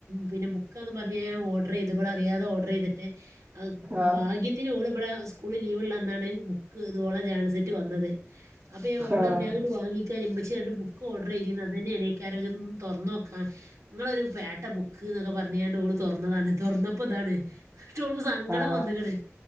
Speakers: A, on the right (about 85°); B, on the right (about 30°).
A: പിന്നെ ബുക്കന്ന് പറഞ്ഞ ഓർഡർ ചെയ്ത് അറിയാതെ ഓർഡർ ചെയ്തിട്ട്
B: ആഹ്
A: ഭാഗ്യം ഒത്തി ഓളിവിടെ സ്കൂളിൽ ലീവ്ള്ള എന്നാണ് ബുക്ക് ഇതുപോള ജേനൽ സിറ്റി വന്നത് അപ്പ ഞാൻഓളോട്
B: ആഹ്
A: പറഞ്ഞ്അതങ്ങട് വാങ്ങി ഉമ്മച്ചിരണ്ട് ബുക്ക് ഓഡർ ചെയ്തിരുന്നു അതന്നെയാണ്ണേക്കാരോ ജ് ഒന്ന് തുറന്ന് നോക്കാം നിങ്ങളൊരു പേട്ട ബുക്ക് എന്നൊക്കെ പറഞ്ഞാണ്ട് ഓ തുറന്നതാണ് തുറന്നപ്പോ ഇതാണ് റ്റ് ഓൾക്ക് സങ്കടം
B: ആഹ്
A: വന്നിക്കണ്